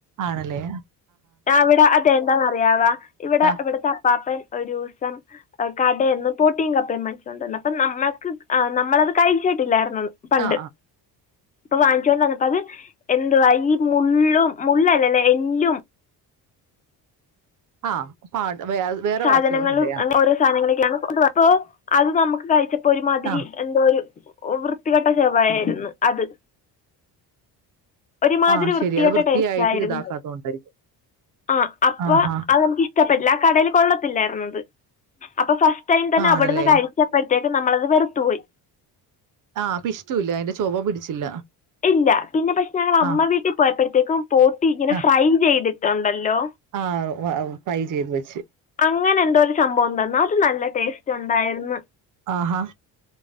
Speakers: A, on the right; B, on the left.
A: ആണലെ-
B: ഞ്ഞാ ഇവടെ അതെ എന്താന്നറിയാവാ ഇവിടെ
A: ആ.
B: ഇവിടത്തെ അപ്പാപ്പൻ- ഒരൂസം കടേന്ന് പോട്ടീം കപ്പയും വാങ്ങിചോണ്ട്ന്നു അപ്പം ന്നമ്മക്ക് നമ്മളത് കഴിച്ചിട്ടില്ലാർന്- ആഹ് പണ്ട്-
A: ആ ആ
B: ഇപ്പ വാങ്ങിച്ചോണ്ട് വന്നപ്പത് എന്തുവാ ഈ മുള്ളും മുള്ളല്ലല്ലേ എല്ലും-
A: ആഹ് പാട്- വെയ അത് വേറെ
B: സാധനങ്ങളും
A: വാട്ട്സുകളൊക്കെയാ-
B: അങ്ങനെ ഓരോ <unintelligible> അത് നമുക്ക് കഴിച്ച- ഒരു മാതിരി
A: ആ.
B: എന്തോ ഒരു- ഓ വൃത്തികെട്ട ചൊവയായിരുന്നു അത്- ഒരുമാതിരി
A: ആ
B: വൃത്തികെട്ട
A: ശരി അത് വൃത്തിയായിട്ട്
B: ട്ടേസ്റ്റായിരുന്നു
A: ഇതാക്കാത്തോണ്ടായിരിക്കും
B: ആ അപ്പൊ
A: ആഹാ
B: അത് നമുക്ക് ഇഷ്ടപ്പെട്ട് ല്ല ആ കടേല് കൊള്ളത്ത് ത്തില്ലാർന്നത് അപ്പ ഫസ്- ടൈം തന്നെ
A: ആണല്ലേ
B: അവിട്ന്ന് കഴിച്ചപ്പയ് ത്തെക്ക് നമ്മളത് വെറുത്തുപോയി
A: ആഹ് ആപ്പിഷ്ട്ടൂല്ല അയ്ന്റെ ചൊവ പിടിച്ചില്ല
B: ഇല്ല പിന്നെ പഷെ ഞങ്ങളമ്മ
A: ആ
B: വീട്ടി പോയ്പ്പഴ്ത്തേക്കും പൊട്ടി ഇങ്ങനെ
A: ആ
B: ഫ്രൈ ചെയ്തിട്ടുണ്ടല്ലോ
A: ആ ഫ്രൈ ചെയ്ത് വെച്ച്
B: അങ്ങ അങ്ങനെന്തോ ഒരു സംഭോണ്ടാന്നൊ ഇത് നല്ല ടെസ്റ്റുണ്ടായിര്ന്ന്
A: ആഹാ